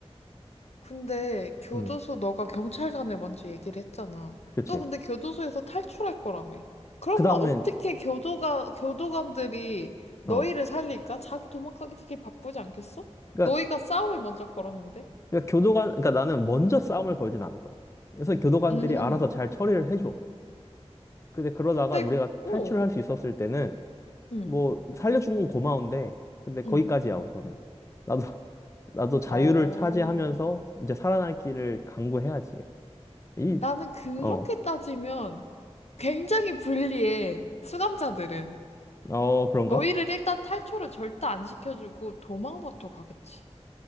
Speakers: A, on the left (about 70°); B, on the left (about 25°).
A: 근데 교도소
B: 음,
A: 너가 경찰관을 먼저 얘기를 했잖아.
B: 그치.
A: 또 근데 교도소에서 탈출할 거라며. 그러면
B: 그 다음엔,
A: 어떻게 교도가, 교도관들이 너희를
B: 어.
A: 살릴까? 자기 도망가기 되게 바쁘지 않겠어?
B: 그러니까,
A: 너희가 싸움을 먼저 걸었는데?
B: 그러니까 교도관, 그러니까 나는 먼저 싸움을 걸진 않을 거야. 그래서 교도관들이
A: 음,
B: 알아서 잘 처리를 해줘.
A: 응.
B: 근데 그러다가
A: 근데,
B: 우리가
A: 그- 오,
B: 탈출을 할 수 있었을 때는,
A: 응,
B: 뭐, 살려준 건 고마운데, 근데 거기까지야,
A: 응.
B: 우선은. 나도, <laughs> 나도 자유를
A: 어.
B: 차지하면서 이제 살아날 길을 강구해야지. 이,
A: 나는 그렇게
B: 어,
A: 따지면 굉장히 불리해. 수감자들은.
B: 어, 그런가?
A: 너희를 일단 탈출을 절대 안 시켜주고 도망부터 가겠지.